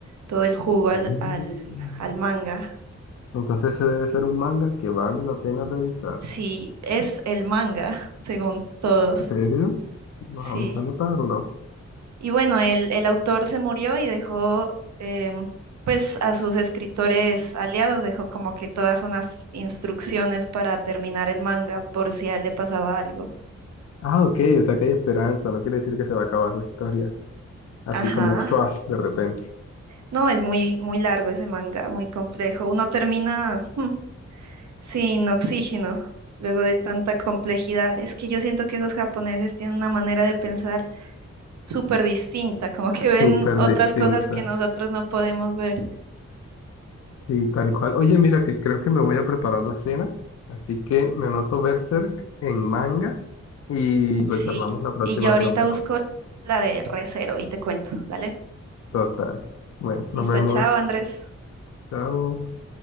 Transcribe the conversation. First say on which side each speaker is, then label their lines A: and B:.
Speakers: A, on the right (about 70°); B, on the left (about 55°).
A: todo el jugo al,
B: Mm.
A: al, al manga.
B: Entonces ese debe ser un manga que vale la pena revisar.
A: Sí, es el manga, <laughs> según todos.
B: ¿En serio? Vamos
A: Sí.
B: a anotarlo.
A: Y bueno, el, el autor se murió y dejó, em, pues, a sus escritores aliados, dejó como que todas unas instrucciones para terminar el manga por si a él le pasaba algo.
B: Ah, ok, o sea que hay esperanza, no quiere decir que se va a acabar la historia, así
A: Ajá.
B: como Swash de repente,
A: No, es muy, muy largo ese manga, muy complejo. Uno termina <laughs> sin oxígeno luego de tanta complejidad. Es que yo siento que esos japoneses tienen una manera de pensar súper distinta, como que ven
B: súper
A: otras
B: distinta.
A: cosas que nosotros no podemos ver.
B: Sí, tal cual. Oye, mira que creo que me voy a preparar la cena, así que me anoto Berserk en manga y lo
A: Sí,
B: charlamos la próxima
A: y yo
B: que
A: ahorita
B: nos veamos.
A: busco la de Recero y te cuento. Dale.
B: Total. Bueno, nos
A: Listo,
B: vemos.
A: chao, Andrés.
B: Chao.